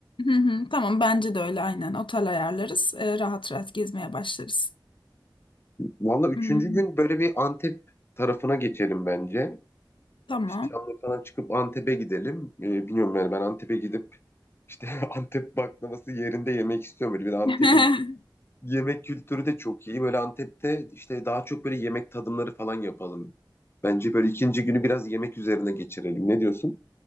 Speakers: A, on the left; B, on the left.
A: Hı hı. Tamam bence de öyle aynen. Otel ayarlarız. Ee, rahat rahat gezmeye başlarız.
B: Valla üçüncü
A: Hmm,
B: gün böyle bir Antep tarafına geçelim bence.
A: tamam.
B: İşte Şanlıurfa'dan çıkıp Antep'e gidelim. Ee, bilmiyorum yani ben Antep'e gidip işte <laughs> Antep baklavası yerinde yemek istiyorum. Böyle bir de Antep'in
A: <laughs>
B: Yemek kültürü de çok iyi. Böyle Antep'te işte daha çok böyle yemek tadımları falan yapalım. Bence böyle ikinci günü biraz yemek üzerine geçirelim. Ne diyorsun?